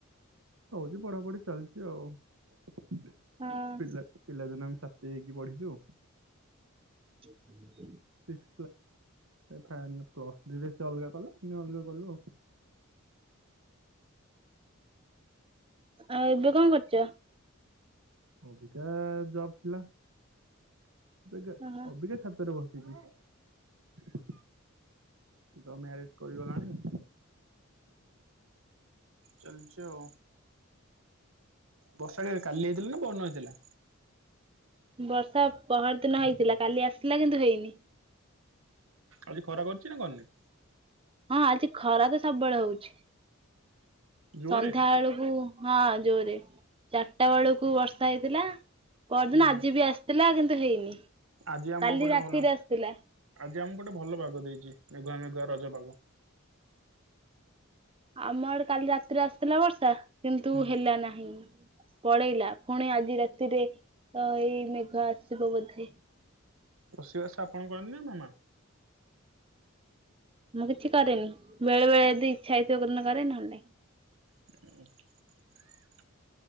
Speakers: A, on the right; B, on the right.
A: ହୋଉଛି ପଢାପଢି ଚାଲିଛି ଆଉ ପିଲ
B: ହଁ।
A: ପିଲାଦୀନ ଛାତି ହେଇକି ପଢିଛୁ।
B: <inaudible>
A: ସିକ୍ସ କାଲ ରୁ ପ୍ଲସଥୀ ରେ ସେ ଅଲଗା କଲା ଆମେ ଅଲଗା କଲୁ ଆଉ
B: ଆଉ ଏବେ କଣ କରୁଛ?
A: ଅବିକା ଜବ <inaudible> ବବେଗ
B: ଓହୋ
A: ଅବିକା ଛାତରେ ବସିଚୀ ଓଏ ତ ମ୍ୟାରେଜ କରିଗଲାଣି ଚାଲିଚି ଆଉ ବର୍ଷା କେବେ କାଲି ହେଇଥିଲାନା? ପହରଦୀନ ହୋଇଇଥିଲା?
B: ବର୍ଷା ପହର ଦିନ ହେଇଥିଲା କାଲି ଆସିଥିଲା କିନ୍ତୁ ହେଇନି।
A: ଆଜି ଖରା କରିଛି ନାଁ କରୁନି?
B: ହଁ ଆଜି ଖରା ତ ସବୁବେଳେ ହୋଉଛି।
A: ଜୋରେ?
B: ସନ୍ଧ୍ୟାବେଳକୁ
A: ଆଜି-
B: ହଁ ଜୋରେ ଚାରିଟା ବେଳକୁ ବର୍ଷା ହେଇଥିଲା। ପରଦିନ
A: ହୁଁ
B: ଆଜି ବି ଆସିଥିଲା କିନ୍ତୁ ହେଇନି
A: ଆଜି ଆମ
B: କାଲି
A: ପଟେ
B: ରାତିରେ
A: ଭଲ
B: ଆସିଥିଲା।
A: ଆଜି ଆମକୁ ଗୋଟେ ଭଲ ପାଗ ଦେଇଛି ମେଘୁଆ ମେଘୁଆ ରଜ ପାଗ।
B: ଆମର କାଲି ରାତିରେ ଆସିଥିଲା ବର୍ଷା କିନ୍ତୁ
A: ହୁଁ
B: ହେଲା ନାହିଁ। ପଳେଇଲା ପୁଣି ଆଜି ରାତିରେ ତ ଏଇ ମେଘ ଆସିବ ବୋଧେ
A: ରୋଷେଇ ବାସ ଆପଣ କରନ୍ତି ନାଁ ମାମା?
B: ମୁଁ କିଛି କରେନି ବେଳେ ବେଳେ ଯଦି ଇଚ୍ଛା ହେଇଥିବିନ କରେ ନହେଲେ ନାହିଁ।
A: <inaudible>